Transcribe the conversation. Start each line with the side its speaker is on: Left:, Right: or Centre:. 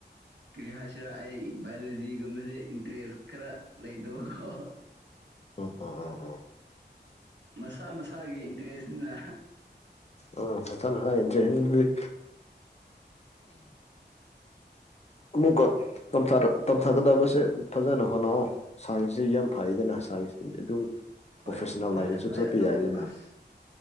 Right: ꯀꯔꯤ ꯍꯥꯏꯁꯤꯔ ꯑꯩ ꯕꯥꯏꯑꯣꯂꯣꯖꯤꯒꯨꯝꯕꯁꯦ ꯏꯟꯇꯔꯦꯁ ꯈꯔ ꯂꯩꯇꯕꯀꯣ
Left: ꯑꯪ ꯑꯪ ꯑꯪ
Right: ꯃꯁꯥ ꯃꯁꯥꯒꯤ ꯏꯟꯇ꯭ꯔꯦꯁꯅꯤꯅ
Left: ꯑꯥ ꯃꯁꯥ ꯃꯁꯥ ꯏꯟꯇ꯭ꯔꯦꯁꯅ ꯂꯨꯏ ꯑꯃꯨꯛꯀ ꯇꯝꯊꯔꯛ ꯇꯝꯊꯥꯒꯗꯕꯁꯦ ꯐꯖꯅ ꯍꯣꯠꯅꯑꯣ ꯁꯥꯏꯟꯁꯁꯦ ꯌꯥꯝ ꯐꯩꯗꯅ ꯁꯥꯏꯟꯁꯇꯤ ꯑꯗꯨꯝ
Right: ꯍꯣꯏ
Left: ꯄ꯭ꯔꯣꯐꯦꯁꯅꯦꯜ
Right: ꯐꯩꯌꯦ
Left: ꯂꯥꯏꯟꯗꯁꯨ
Right: ꯐꯌꯦ
Left: ꯆꯠꯄ
Right: ꯑꯗꯣ
Left: ꯌꯥꯏꯗꯅ
Right: ꯑꯁ